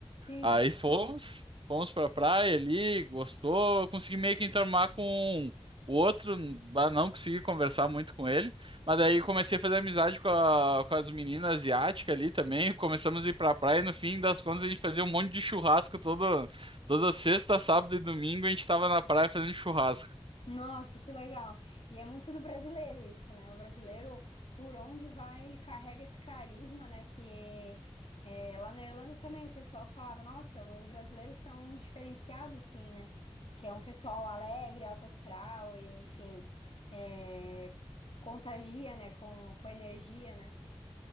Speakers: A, on the left; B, on the right.
A: sim.
B: Aí fomos, fomos pra praia ali, gostou. Eu consegui meio que enturmar com o outro, bah, não consegui conversar muito com ele. Mas daí comecei a fazer amizade com, a- com as meninas asiáticas ali também. Começamos a ir pra praia e no fim das contas a gente fazia um monte de churrasco todo, toda sexta, sábado e domingo a gente tava na praia fazendo churrasco.
A: Nossa, que legal. E é muito do brasileiro isso, né? O brasileiro, por onde vai, ele carrega esse carisma, né? Que é, lá na Irlanda também o pessoal falava, nossa, os brasileiros são diferenciados, assim, né? Que é um pessoal alegre, alto astral, e, enfim, é, contagia, né? Com, com energia, né?